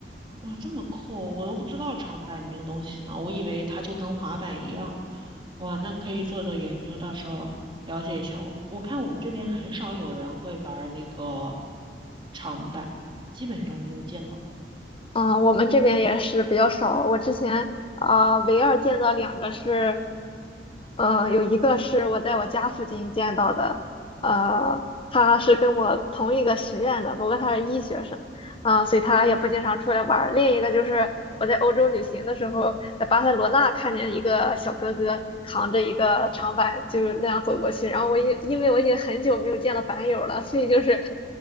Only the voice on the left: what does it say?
嗯，我们这边也是比较少。我之前啊、唯二见到两个是嗯，有一个是我在我家附近见到的，呃，他是跟我同一个学院的，不过他是医学生，啊、所以他也不经常出来玩儿。另一个就是我在欧洲旅行的时候，在巴塞罗那看见一个小哥哥扛着一个长板，就是那样走过去。然后我因因为我已经很久没有见到板友了，所以就是